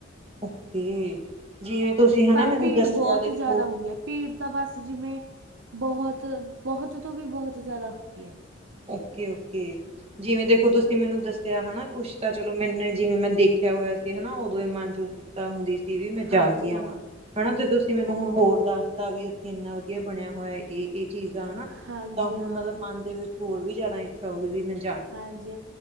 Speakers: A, on the right; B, on the right.
A: ਅਸੀਂ ਜਿਵੇਂ ਤੁਸੀਂ ਹਨਾ
B: ਪਰ
A: ਮੈਨੂੰ
B: ਭੀੜ
A: ਦੱਸਿਆ
B: ਬਹੁਤ
A: ਦੇਖੋ
B: ਜ਼ਿਆਦਾ ਹੁੰਦੀ ਐ ਭੀੜ ਤਾਂ ਬਸ ਜਿਵੇਂ ਬਹੁਤ-ਬਹੁਤ ਤੋਂ ਵੀ ਬਹੁਤ ਜਿਆਦਾ ਹੁਦੀ ਐ।
A: ਓਕੇ-ਓਕੇ ਜਿਵੇਂ ਦੇਖੋ ਤੁਸੀਂ
B: ਹਾਂ
A: ਮੈਨੂੰ ਦੱਸਿਆ ਹਨਾ ਕੁਛ ਤਾਂ ਚਲੋ ਮੈਨੇ ਜਿਵੇਂ ਮੈਂ ਦੇਖਿਆ ਹੋਇਆ ਸੀ ਹਨਾ ਉਦੋਂ ਇਹ ਮਨ ਚ ਉਤਸਕਤਾ ਹੁੰਦੀ ਸੀ ਵੀ ਮੈਂ
B: ਹਾਂਜੀ
A: ਜਾ ਕੇ
B: ਹਾਂ
A: ਆਵਾਂ ਹਨਾ ਤੇ ਤੁਸ ਤੇ ਮੈਨੂੰ ਹੁਣ ਹੋਰ ਦੱਸਤਾ ਵੀ ਉੱਥੇ ਇੰਨਾ ਵਧੀਆ ਬਣਿਆ ਹੋਇਆ ਹੈ ਇਹ-ਇਹ। ਚੀਜ਼ਾਂ ਹਨਾ
B: ਹਾਂਜੀ
A: ਤਾਂ ਹੁਣ
B: ਹਾਂ
A: ਮਤਲਬ ਮਨ ਦੇ ਵਿੱਚ ਹੋਰ ਵੀ ਜ਼ਿਆਦਾ ਇੱਛਾ ਹੋਗੀ ਵੀ ਮੈਨੇ
B: ਹਾਂਜੀ